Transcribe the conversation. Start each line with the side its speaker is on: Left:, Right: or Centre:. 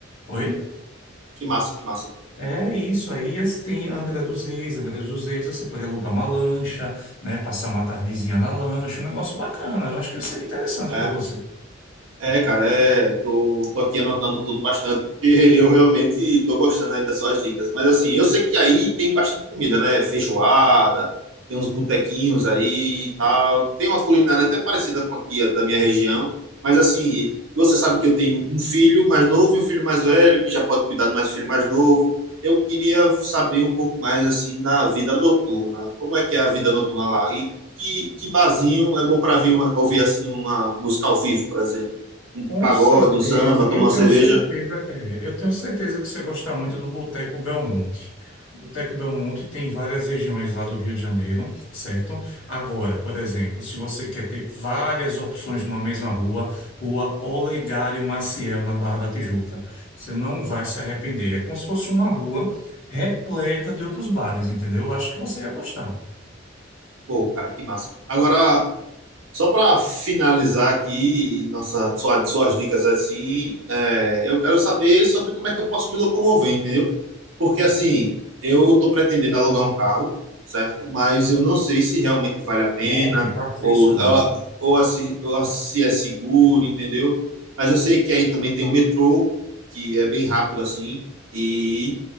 Left: Oi?
Right: que massa, que massa.
Left: É isso aí, as- tem Angra dos Reis, Angra dos Reis, você pode alugar uma lancha, né, passar uma tardezinha na lancha, um negócio bacana, eu acho que seria interessante
Right: É,
Left: para você.
Right: É, cara, é, tô, tô aqui anotando tudo bastante, porque <laughs> eu realmente tô gostando aí das suas dicas. Mas assim, eu sei que aí tem bastante comida, né? Feijoada, tem uns botequinhos aí e tal. Tem uma culinária até parecida com aqui, a da minha região. Mas assim, você sabe que eu tenho um filho mais novo e um filho mais velho, que já pode cuidar do mais filho mais novo. Eu queria saber um pouco mais, assim, da vida noturna. Como é que é a vida noturna lá? E que, que barzinho é bom para vir ouvir, assim, uma música ao vivo, por exemplo? um
Left: Com
Right: pagode,
Left: certeza,
Right: um samba, tomar
Left: eu
Right: uma
Left: tenho
Right: cerveja.
Left: certeza, é, eu tenho certeza que você gosta muito do Boteco Belmonte. Boteco Belmonte tem várias regiões lá do Rio de Janeiro, certo? Agora, por exemplo, se você quer ter várias opções numa mesma rua, Rua Olegário Maciel, na Barra da Tijuca, você não vai se arrepender. É como se fosse uma rua repleta de outros bares, entendeu? Eu acho que você ia gostar.
Right: Pô, cara, que massa. Agora, só para finalizar aqui nossa, sua, suas dicas assim, é, eu quero saber sobre como é que eu posso me locomover, entendeu? Porque assim, eu tô pretendendo alugar um carro, certo? Mas eu não sei se realmente vale a pena
Left: Homem, faça
Right: ou,
Left: isso não.
Right: ou, ou se, ou se é seguro, entendeu? Mas eu sei que aí também tem o metrô, que é bem rápido assim, e